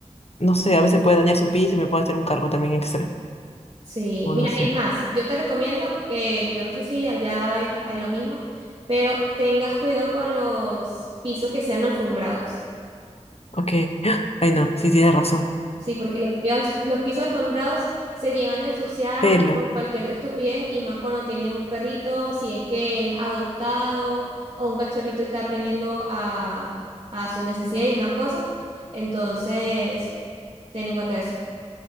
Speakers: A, on the left; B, on the right.
A: no sé, a veces puede dañar su piso y me puede hacer un cargo también extra,
B: Sí,
A: o
B: mira,
A: no sé.
B: es más, yo te recomiendo que, yo no sé si allá es, hay lo mismo, pero tengas cuidado con los pisos que sean alfombrados.
A: Ok, <gasps> ay no, sí tienes razón.
B: Sí, porque los pisos, los pisos alfombrados se llegan a ensuciar
A: Pelo.
B: con cualquier estupidez y más cuando tienes un perrito, si es que es adoptado o un cachorrito está aprendiendo a, a sus necesidades y más cosas. Entonces, ten en cuenta eso.